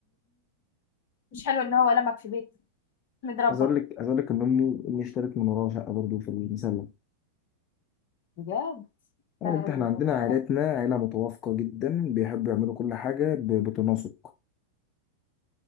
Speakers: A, on the left; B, on the left.
A: مش حلو ان هو لمك في بيت متربى
B: عايز أقول لك عايز أقول لك إن أمي أمي اشترت من وراها شقة برضه في المسلة
A: بجد
B: يا
A: حلو
B: بنت إحنا عندنا عائلتنا
A: ده
B: عائلة متوافقة جدا بيحبوا يعملوا كل حاجة ب- بتناسق